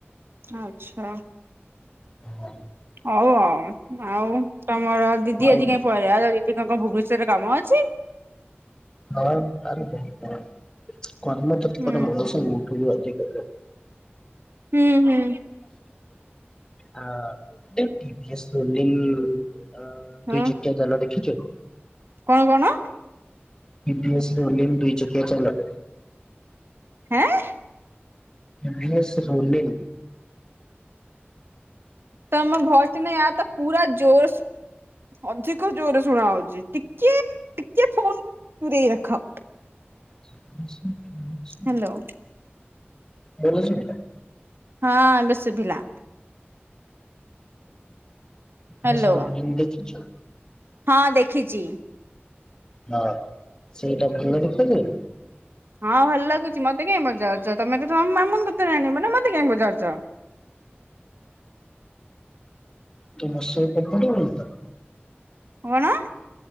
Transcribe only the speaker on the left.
ହଁ।
ଆଉ
ହଁ ଆରେ ଦେଖ କର୍ମ କ୍ଷେତ୍ରରେ
ଗୋଟେ ମନୁଷ୍ୟ ଉଠୁ। <inaudible>
ଆ ଟିଭିି ଶ <unintelligible> ଅ
ଦୁଇ ଚକିଆ ଯାନ ଦେଖିଛୁ?
ପିଭି ଏ ସେ ନୂଆ ନେମ୍ ଦୁଇ ଚକିଆ ଯାନ।
ପି ଭି ଏ ସେ ରୋନିମ୍
ଶ୍ୱଦିସ ପିଉଚି
ଭଲ ଶୁଭିଲା।
ମଶାଣି ଦେଖିଛୁ?
ହଁ ସେଟା ଭଲ ଦିଶୁ ଯାଉନି।
ମୋଶହ କପ୍ଲୁଟେବୁଲୁ ତ?